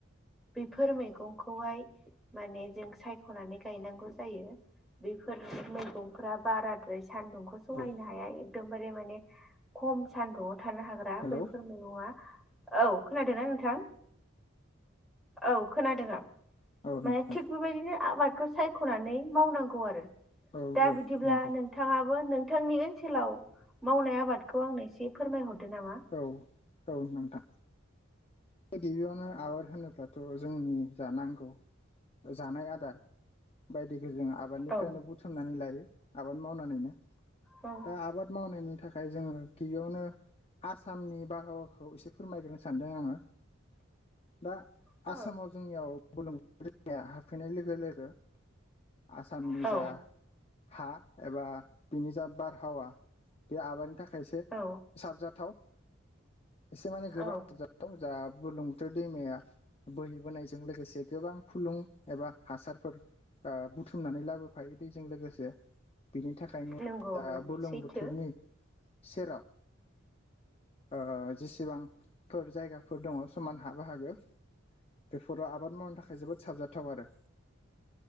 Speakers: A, in the centre; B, on the left.
A: बेफोर मैगंखौहाय माने जों सायख'नानै गायनांगौ जायो। बेफोर मैगंफोरा बाराद्राय सान्दुंखौ सहायनो
B: औ
A: हाया एकदमबारे माने खम सानदुङाव थानो हागोन बा
B: हेलौ
A: बैफोर मैगङा औ खोनादोंना नोंथां। औ खोनादों आं
B: औ
A: माने
B: नोंथां
A: थिग बेबायदिनो आबाद खो सायख'नानै मावनांगौ आरो
B: औ
A: दा
B: औ
A: बिदिब्ला
B: नंगौ
A: नोंथाङाबो नोंथांनि ओनसो हेलाव मावनाय आबादखौ आंनो एसे फोरमायहरदो नामा?
B: औ औ नोंथां। बे गिबियावनो आबाद होनोब्लाथ' जोंनि जा नांगौ जानाय आदार बायदिखो जों आबादनिफ्रायनो
A: औ
B: बुथुमनानै लायो आबाद मावनानैनो।
A: औ
B: दा आबाद मावनायनि थाखाय जोङो गिबियावनो आसामनि बारहावाखौ एसे फोरमायग्रोनो सानदों आङो। दा
A: औ
B: आसामाव जोंनियाव बुरलुंबुथुर दैमाया हाबफैनाय लोगो-लोगो आसामनि
A: औ
B: जा हा एबा बिनि जा बारहावा। बे आबादनि थाखाय एसे
A: औ
B: साबजाथाव। एसे माने गोबां
A: औ
B: जा बुरलुंबुथुर दैमाया बोहैबोनायजों लोगोसे गोबां फुलुं एबा हासारफोर ओ बुथुमनानै लाबोफायो दैजों लोगोसे। बिनि थाखायनो
A: नंगौ
B: दा
A: नों
B: बुरलुंबुथुरनि
A: सैथो
B: सेराव ओ जेसिबांफोर जायगाफोर दङ समान हा बाहागो बेफोराव आबाद मावनो थाखाय जोबोद साबजाथाव आरो